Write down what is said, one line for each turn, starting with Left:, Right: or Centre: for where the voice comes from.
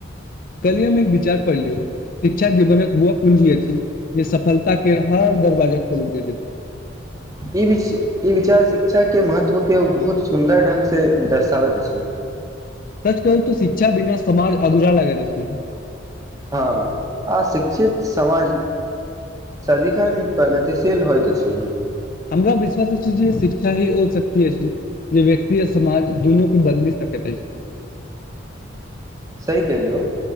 Left: कल्हि हममे एक विचार पढ़लु शिक्षा जीवनक ओ कुंजी अछि जे सफलता के हर दरवाजा खोल दैत
Right: ई ई विचार शिक्षा के महत्व के बहुत सुन्दर ढंग से दर्शाबैत अछि
Left: सच कहू तऽ शिक्षा बिना समाज अधूरा लागेत अछि
Right: हँ आ शिक्षित समाज सदीखन प्रगतिशील होइत अछि
Left: हमरा विश्वास अछि जे शिक्षा ही ओ शक्ति अछि जे व्यक्ति आ समाज दुनू के बदलि सकैत अछि
Right: सही कलियौ